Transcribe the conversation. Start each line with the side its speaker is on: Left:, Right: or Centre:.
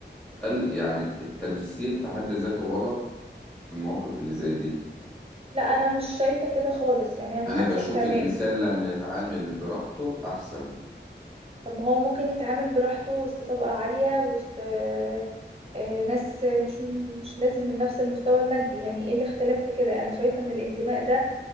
Centre: قال يعني التمثيل في حد ذاته غلط في المواقف اللي زي دي
Right: لا انا مش شايفة كده خالص يعني انا
Centre: أنا
Right: عكسك
Centre: بشوف
Right: تماما
Centre: الإنسان لما يتعامل براحته أحسن
Right: طب ما هو ممكن يتعامل براحته وسط طبقة عالية وسط آه، آه، ناس مش مش لازم من نفس المستوى المادي يعني ايه الاختلاف في كده انا شايفة ان الانتماء ده